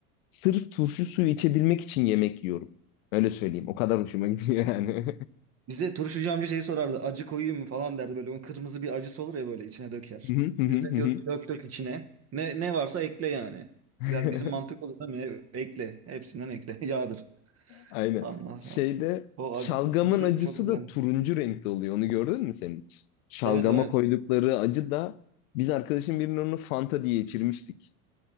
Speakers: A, on the left; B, on the right.
A: sırf turşu suyu içebilmek için yemek yiyorum. Öyle söyleyeyim. O kadar hoşuma gidiyor yani.
B: Bize turşucu amca şeyi sorardı. Acı koyayım mı falan derdi böyle. Onun kırmızı bir acısı olur ya böyle içine döker.
A: <laughs> Hı hı
B: Biz de
A: hı
B: diyorduk
A: hı.
B: dök dök içine. Ne, ne varsa ekle yani.
A: <laughs>
B: Biraz bizim mantık olur değil mi? Ekle. Hepsinden ekle. <laughs> Yağdır.
A: Aynen.
B: Anlasam.
A: Şeyde
B: O
A: şalgamın
B: acılı turşu
A: acısı
B: çok güzel.
A: da turuncu renkte oluyor. Onu gördün mü sen hiç? Şalgama
B: Evet evet.
A: koydukları acı da biz arkadaşım birinin onu Fanta diye içirmiştik.